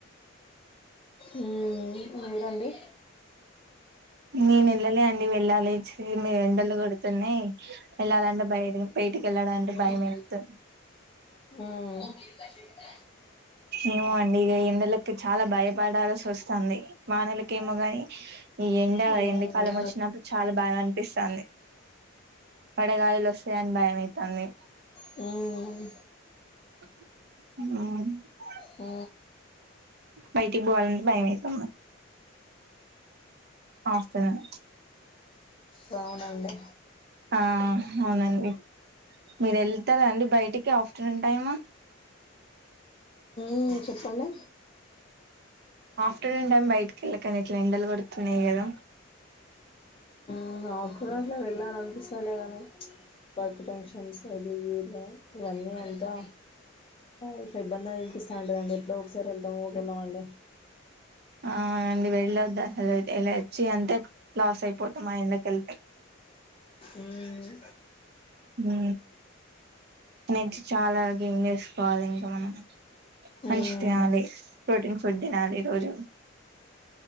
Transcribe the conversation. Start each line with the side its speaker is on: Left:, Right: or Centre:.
Left: హ్మ్ మీరు అండి
Right: నేను వెళ్ళలే అండి వెళ్ళాలి మీ ఎండలు కొడుతున్నాయి వెళ్ళాలంటే బయ బయటికి వెళ్ళాలంటే భయం
Left: ఆ
Right: వెతుంది
Left: ఉమ్ అవునండి
Right: ఏమో అండి ఇ ఎండలకి చాలా భయపడాల్సి వస్తుంది వానకి కెమోగాని ఇయా అంటే
Left: ఉమ్ ఉమ్
Right: ఎండికాలం
Left: ఉమ్,
Right: వచ్చినప్పుడు చాలా బాగా అనిపిస్తాంది వడగాయలు వస్తాయని భయమయితంది
Left: మ్మ్
Right: ఆ
Left: అ
Right: బయటికి పోవాలంటే భయమతంది అఫ్టర్నూన్
Left: బావున్నామండీ
Right: ఆ అవునండి మీరు వెళ్తారా అండి బయటికి ఆఫ్టర్నూన్ టైమ్
Left: హ్మ్మ్ చెప్పండి
Right: ఆఫ్టర్నూన్ టైమ్ బయటికి వెళ్ళకని ఇట్లా ఎండలు కొడుతున్నాయి కదా
Left: ఈ ఆఫటర్నూలో వెళ్ళాలని అనిపిస్తాలేదు అండి వర్క్ టెన్షన్స్ లో బిజీలో ఇవ్వన్ని అంతా తాగ్ స ఇబ్బందిలు అనిపిస్తా ఉంటుదండి ఎప్పుడ ఒకసారి వెళ్దామో ఒక వెెళామండి
Right: ఆవునండి వెళ్ళొద్దు అసలు ఇలా వచ్చి అంతే లాస్ అయిపోతా మా ఎండకి వెళ్తే
Left: ఉమ్
Right: నే ఎనెర్జ్ చాలా గేం చేసుకోవాలి ఇంకా మనం మంచి
Left: ఉమ్
Right: తయాలి ప్రోటీన్ ఫుడ్ తినాలి రోజు